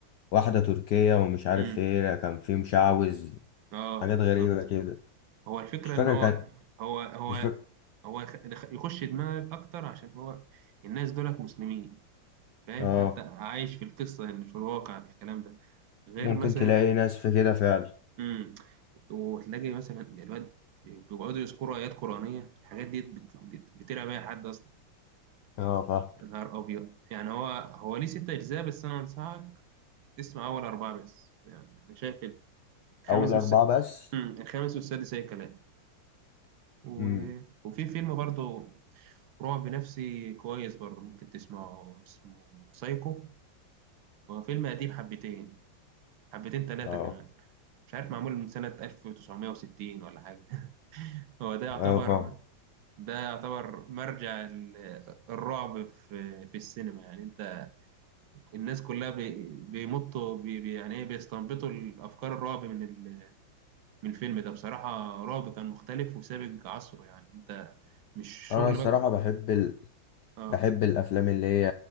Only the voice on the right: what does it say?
امم
اه
بالظبط
هو الفكره
ان هو
هو هو
هو يخ- دخ- يخش دماغك اكتر عشان هو الناس دولت مسلمين فاهم
فانت عايش في القصه يعني في الواقع في الكلام ده غير
مثلا
امم وتلاقي مثلا الواد بيقعدوا يذكروا ايات قرانيه الحاجات دي بت- بت- بترعب اي حد اصلا
يا نهار ابيض يعني هو هو ليه ست اجزاء بس انا انصحك تسمع اول اربعه بس يعني انا شايف الخامس
والس...
امم الخامس والسادس اي كلام و...
وفي فيلم برضه رعب نفسي كويس برضه ممكن تسمعه اسمه سايكو هو فيلم قديم حبتين حبتين ثلاثه
كمان مش عارف معمول من سنه 1960 ولا حاجه <laughs> هو ده يعتبر
ده يعتبر مرجع ال- الرعب في في السينما يعني انت الناس كلها بي- بيمطوا بي بي- يعني ايه بيستنبطوا الافكار الرعب من ال- من الفيلم ده بصراحة رعب كان مختلف وسابق عصره يعني انت مش
شغل
بقى
اه